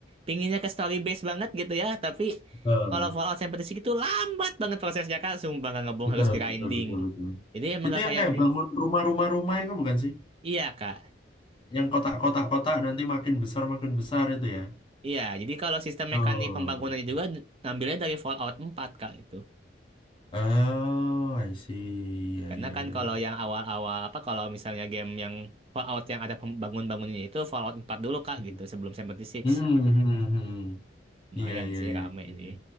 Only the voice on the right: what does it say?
pinginnya ke story base banget gitu ya. Tapi
kalau Fallout seperti Sih itu lambat banget prosesnya Kak. Sumpah nggak ngebong
harus grinding.
Jadi emang
nggak
kayak
Iya Kak.
Iya, jadi kalau sistem mekanik
pembangunannya juga d- ngambilnya dari Fallout 4 Kak itu.
Karena
kan kalau
yang awal-awal apa kalau misalnya game yang Fallout yang ada pembangun-bangunannya itu Fallout 4 dulu Kak
gitu sebelum 76.
Lumayan
sih
rame
sih.